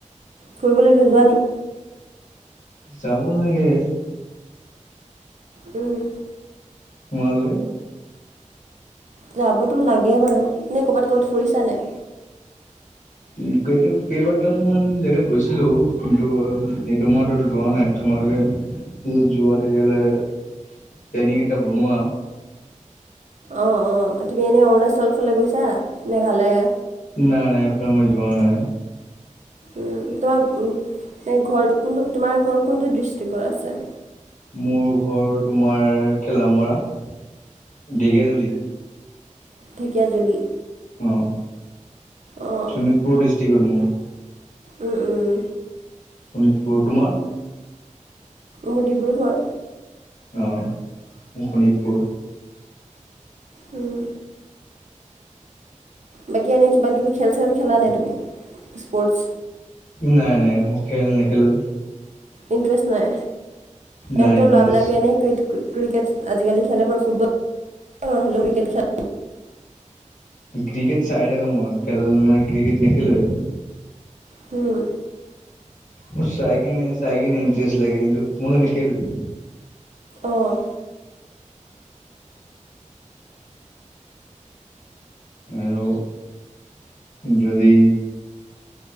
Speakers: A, on the right; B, on the left.
A: ফুৰিবলৈ নোযোৱা নি?
B: যাব লাগে।
A: উম।
B: তোমালোকে?
A: যাবতো লাগে বাৰু, এনেই ক'ৰবাত ক'ৰবাত ফুৰিছানে?
B: উম কেইটাপ কেইবটাম মান জেগাত গৈছিলো কিন্তু <unintelligible> এইটো মন্থত যোৱা নাই। তোমালোকে যদি যোৱা তেতিয়াহ'লে প্লেনিং এটা বনোৱা।
A: অ', অ', তুমি এনেই অৰুণাচল ফালে গৈছা মেঘালয়?
B: নাই নাই এফালে মই যোৱা নাই।
A: উম তোমাৰ উম্ ঘৰটো কোনটো তোমাৰ ঘৰ কোনটো ডিষ্ট্ৰিকৰ আছে?
B: মোৰ ঘৰ তোমাৰ ঠেলামৰা ঢেকীয়াজুলি।
A: ঢেকীয়াজুলি?
B: অঁ
A: অ',
B: শোণিতপুৰ ডিষ্ট্ৰিকত মোৰ।
A: উম উম।
B: শোণিতপুৰ, তোমাৰ?
A: মোৰ ডিব্ৰুগড়।
B: অঁ মোৰ শোণিতপুৰ।
A: উম। বাকী এনেই কিবা কিবি খেল চেল খেলা নে তুমি স্পৰ্টছ?
B: নাই নাই মই খেল নেখেলোঁ যে।
A: ইণ্টৰেষ্ট নাই?
B: নাই
A: এন ত
B: ইণ্টাৰেষ্ট
A: ল'ৰাবিলাকে এনেই ক্ৰিট ক্ৰিকেট আজিকালি খেলে বাৰ ফুটবল <inaudible> হ'লেও ক্ৰিকেট খেল।
B: ক্ৰিকেট চাই থাকো মই, খেল মানে ক্ৰিকেট নেখেলোৱে।
A: হম।
B: মোৰ চাইখিনি চাইগিনি ইণ্টাৰেষ্ট লাগে কিন্তু মই নেখেলোঁৱে।
A: অঁ।
B: আৰু যদি